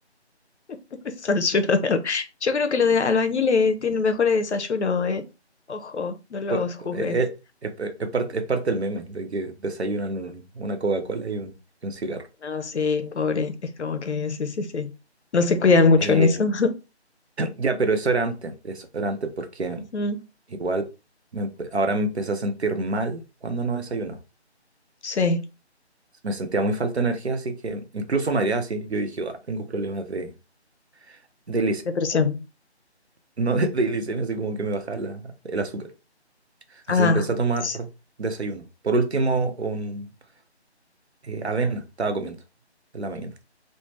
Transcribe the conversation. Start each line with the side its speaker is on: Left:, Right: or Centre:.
Left: <laughs> Desayuno de albañil. Yo creo que los de albañiles tienen mejores desayunos, ¿eh? Ojo, no los
Right: Pues,
Left: juzgues.
Right: eh, eh, es, es parte, es parte del meme, de que desayunan un- una Coca-Cola y un, y un cigarro.
Left: No, sí, pobre. Es como que sí, sí, sí. No se cuidan mucho
Right: Eh,
Left: en eso.
Right: <clears throat> ya, pero eso era antes, eso era antes porque
Left: <laughs> Ujú.
Right: igual me empe- ahora me empecé a sentir mal cuando no desayunaba.
Left: Sí,
Right: Me sentía muy falta de energía, así que incluso mareado, así yo dije, "Ah, tengo problemas de, de
Left: depresión.
Right: no <laughs> de, de glicemia, así como que me bajaba la- el azúcar. Así
Left: Ah,
Right: que empecé a tomar
Left: s-
Right: desayuno. Por último, un, eh, avena estaba comiendo en la mañana.